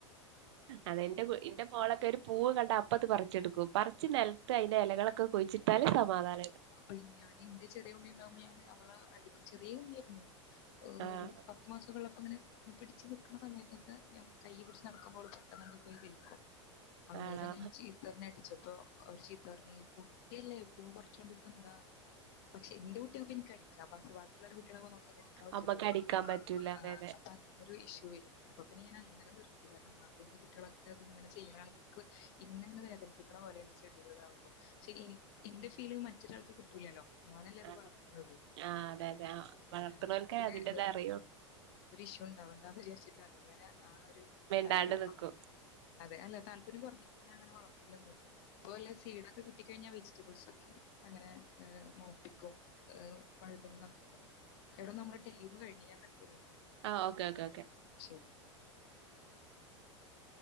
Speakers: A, on the right; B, on the left.
A: അതെ എന്റെ എന്റെ മോളൊക്കെ ഒരു പൂവ് കണ്ട അപ്പ അത് പറി ച്ചെടുക്കും പറിച്ച് നിലത്ത് അതിന്റെ ഇലകളൊക്കെ കൊഴിച്ചിട്ടാലെ സമാധാന
B: അപ്പോ ഞാൻ എന്റെ ചെറിയ ഉണ്ണി ഉണ്ടാവുമ്പോ ഞാൻ അവളെ അടിക്കും ചെറിയ ഉണ്ണി ആയിരുന്നു ഓ
A: ആഹ്
B: ഒരു പത്ത് മാസവൊക്കെ ഉള്ള അപ്പ അങ്ങനെ പിടിച്ച് നിക്കണ സമയത്തൊക്കെ ഞാൻ കൈ പിടിച്ച് നടക്കുമ്പോൾ ഓള് പെട്ടെന്നങ്ങ് കൈ വലിക്കും അന്നേരം
A: ആണോ
B: ഞാൻ ചീത്ത പറഞ്ഞ് അടിച്ചപ്പോ അവര് ചീത്ത പറഞ്ഞ് കുട്ടിയല്ലേ പൂ പറി ച്ചോണ്ട് ഇപ്പോ എന്താ പക്ഷെ എന്റെ കുട്ടിയാവുമ്പോ എനിക്ക് അടിക്കാം പക്ഷേ ബാക്കിയുള്ളോരുടെ കുട്ടികളാവുമ്പോ ന ക്ക് അതിനെ അടിക്കാൻ പറ്റൂലല്ലോ
A: അമ്മക്ക് അടിക്കാൻ പറ്റൂല
B: ആ
A: അതെ അതെ
B: അപ്പോ അത് തന്നെ ഒരു ഇഷ്യൂ വരും അപ്പൊ പിന്നെ ഞാൻ അങ്ങനെ നിർത്തി കാരണം നാത്തൂന്റെ കുട്ടികളൊക്കെ അതിങ്ങനെ ചെയ്യണ കാണുമ്പ എനിക്ക് എന്നെ അങ്ങനെ നശിപ്പിക്കണ പോലെയാ എന്റെ ചെടികളാകുമ്പോ പക്ഷേ എനിക്ക് എന്റെ ഫീല് മറ്റൊരാൾക്ക് കിട്ടൂല്ലല്ലോ ഞാനല്ലേ അത്
A: അതെ
B: വളർത്തണത്
A: ആഹ് അതെ അതെ വളർത്തുന്നോൽക്കേ
B: ആ പിന്നെ
A: അതിന്റേത്
B: വെറുതെ
A: അറിയുള്ളൂ
B: ഒരു ഇഷ്യു ഉണ്ടാവണ്ടാന്ന് വിചാരിച്ചിട്ട് അങ്ങനെ ആ ഒരു
A: മിണ്ടാണ്ട്
B: താല്പര്യം
A: നിക്കും
B: കുറഞ്ഞു അതെ അല്ലെ താ ല്പര്യം കുറഞ്ഞപ്പൊ ഞാനങ്ങനെ വളർത്തലൊന്നൂല്ല ഇപ്പ വല്ലോ സീഡൊക്കെ കിട്ടിക്കഴിഞ്ഞാ വെജറ്റബിൾസൊ ക്കെ അങ്ങനെ മൊളപ്പിക്കും വഴുതനങ്ങാ ഒക്കെ ഉണ്ടല്ലോ എടാ നമ്മട ടൈമ് കഴിഞ്ഞു ഞാൻ കട്ട് ചെയ്തോട്ടെ
A: ആഹ് ഓക്കേ ഓക്കേ ഓക്കെ
B: <unintelligible>